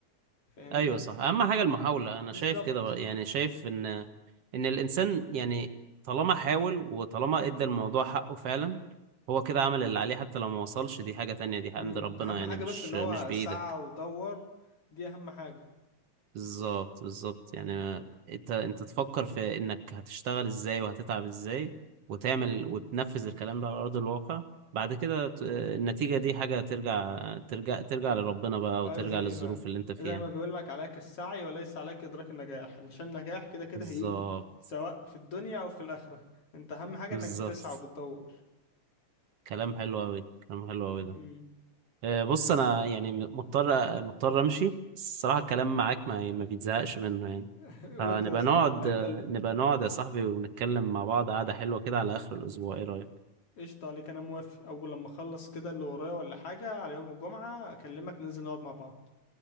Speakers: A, on the left; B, on the right.
A: فاهمني
B: ايوه صح اهم حاجة المحاولة انا
A: بالظبط
B: شايف كده بقى. يعني شايف ان ان الانسان يعني طالما حاول وطالما ادى الموضوع حقه فعلا هو كده عمل اللي عليه حتى لو ما وصلش دي حاجة تانية دي عند
A: امم
B: ربنا
A: اهم
B: يعني
A: حاجة
B: مش
A: بس ان هو
B: مش بإيدك
A: سعى ودور دي اهم حاجة
B: بالظبط بالظبط يعني انت انت تفكر في انك هتشتغل ازاي وهتتعب ازاي وتعمل
A: مم.
B: وتنفذ الكلام ده على ارض الواقع بعد كده ت- النتيجة دي حاجة ترجع ترجع ترجع
A: امم
B: لربنا بقى
A: اه
B: وترجع
A: زي
B: للظروف
A: ما
B: اللي انت فيها
A: زي ما بيقول لك عليك السعي وليس عليك إدراك النجاح عشان النجاح كده كده
B: بالظبط
A: هيجي سواء في الدنيا أو في الآخرة أنت أهم حاجة
B: بالظبط
A: إنك بتسعى وبتدور
B: كلام حلو قوي كلام حلو قوي ده
A: امم
B: آه، بص انا يعني م- مضطر مضطر امشي بس الصراحة الكلام معاك ما ما بيتزهقش منه يعني
A: <laughs>
B: فنبقى
A: وأنت يا اسطى
B: نقعد
A: والله حبيب
B: آه،
A: قلبي
B: نبقى نقعد يا صاحبي ونتكلم مع بعض قعدة حلوة كده على آخر الأسبوع ايه رأيك
A: قشطة عليك أنا موافق أول لما أخلص كده اللي ورايا ولا حاجة على يوم الجمعة أكلمك ننزل نقعد مع بعض